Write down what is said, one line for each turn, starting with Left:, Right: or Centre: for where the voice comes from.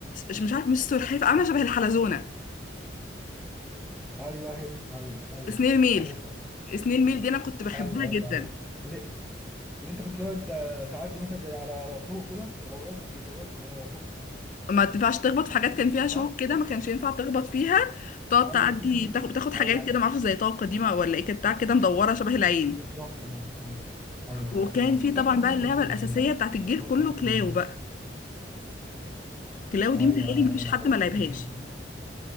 Left: مش مش عارفة مش سلحفاة عاملة شبه الحلزونة
Centre: ايوه هي دي ايوه ايوه
Left: سنيل ميل
Centre: عارفها
Left: سنيل ميل دي انا كنت بحبها
Centre: ايوه
Left: جدا
Centre: ايوه عارفها اللي, اللي انت كنت تقعد آه، تعدي مثلا زي على طرق كده ولو وقعت لو وقعت تبقى تخسر
Left: ما تنفعش تخبط في حاجات كان فيها
Centre: صح؟
Left: شوك كده ما كانش ينفع تخبط فيها بتقعد
Centre: ايوه
Left: تعدي
Centre: هي دي
Left: بتاخد بتاخد حاجات
Centre: ايوه
Left: كده معرفش زي طاقة قديمة ولا ايه كانت بتاع كده مدورة شبه العين
Centre: بالظبط ايوه ايوه ايوه
Left: وكان
Centre: فاكر الايام
Left: في
Centre: دي
Left: طبعا
Centre: لا بصراحه
Left: بقى
Centre: الايام
Left: اللعبة
Centre: دي
Left: الأساسية
Centre: جميله قوي
Left: بتاعت الجيل
Centre: والله
Left: كله
Centre: الايام دي
Left: كلاو
Centre: جميله
Left: بقى كلاو
Centre: ايوه
Left: دي متهيألي مفيش
Centre: يا لهوي
Left: حد ما لعبهاش
Centre: <laughs>